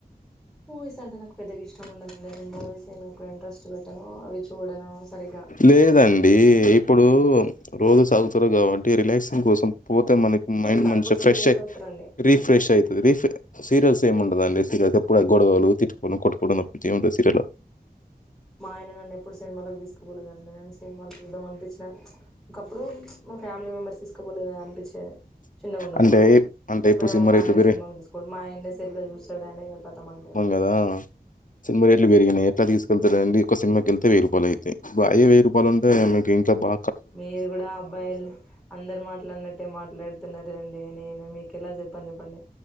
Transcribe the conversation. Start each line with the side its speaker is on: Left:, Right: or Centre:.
Centre: మూవీస్ అంటే నాకు పెద్దగా ఇష్టం ఉండదండి నేను మూవీస్ నేను ఇంట్రెస్ట్ పెట్టాను అవి చూడను సరిగ్
Left: లేదండి ఇప్పుడు రోజు సాదువుతారు కాబట్టి రిలాక్సింగ్ కోసం పోతే మనకి
Centre: హ్మ్
Left: మైండ్
Centre: కాకపోతే
Left: మంచిగా ఫ్రెష్
Centre: సీరియల్స్
Left: అయి
Centre: చూస్తానండి
Left: రిఫ్ తది రీఫె సీరియల్స్ ఏమి ఉండదండి సీరియల్స్ ఎప్పుడు గొడవలు తిట్కోను కొట్టుకోవడం దప్పితే ఏముంటది సీరియలో
Centre: మా ఆయన నన్ను ఎప్పుడు సినిమాలకి దీసుకుపోలేదండి నేను సినిమాలు జూద్దాం అనిపించిన ఇక్ ప్పుడు మా ఫ్యామిలీ మెంబర్స్ తీసుకోపోలేదని అనిపిచ్చేదె చిన్నగా ఉన్నప్పుడు
Left: అంటే అంటే
Centre: ఇప్పుడేమో
Left: ఇప్పుడు సినిమా
Centre: మా
Left: రేట్లు
Centre: ఆయన
Left: పెరిగి
Centre: సినిమాకి దీసుకోడు మా ఆయనే సెల్ చూస్తాడునేక కథ అంతే
Left: గదా సినిమా రేట్లు బెరిగినయి ఎట్లా తీసుకెళ్తారండి ఒక సినిమాకి ఎళ్తే వెయ్యిూపాయలు అయితాయ్ అయ్యె వెయ్యి రూపాయలుంటే మీకి ఇంట్లో బా
Centre: మీరు గుడా అబ్బాయిల్ అం అందరు మాట్లాడినట్టే మాట్లాడుతున్నారు అండి నేను మీకెలా జెప్పను జప్పండి